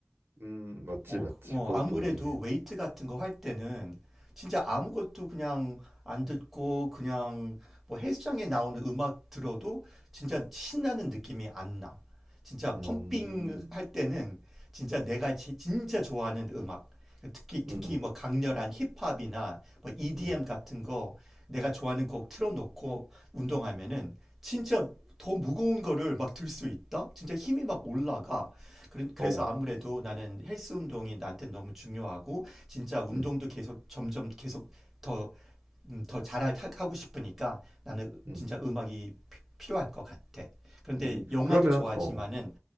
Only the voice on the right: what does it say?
음, 맞지,
맞지.
그것도
이해.
음,
음, 음,
음,
어,
음,
음,
음.
그러면,
어, 어,